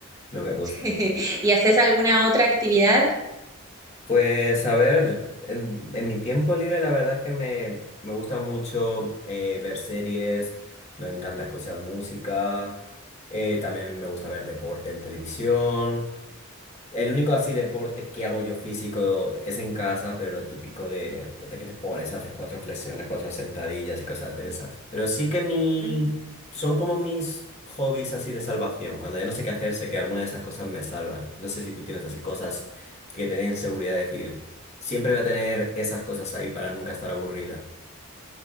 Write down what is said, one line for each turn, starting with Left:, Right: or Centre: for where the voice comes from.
Left: No me gusta.
Right: <laughs> ¿Y haces alguna otra actividad?
Left: Pues a ver, en, en mi tiempo libre la verdad es que me, me gusta mucho eh, ver series, me encanta escuchar música, eh, también me gusta ver deporte en televisión. El único así deporte que hago yo físico es en casa, pero lo típico de, de que te pones, haces cuatro flexiones, cuatro sentadillas y cosas de esas. Pero sí que mi,
Right: Ujú.
Left: son como mis hobbies así de salvación. Cuando ya no sé qué hacer, sé que alguna de esas cosas me salvan. No sé si tú tienes así cosas que te den seguridad de decir, siempre voy a tener esas cosas ahí para nunca estar aburrida.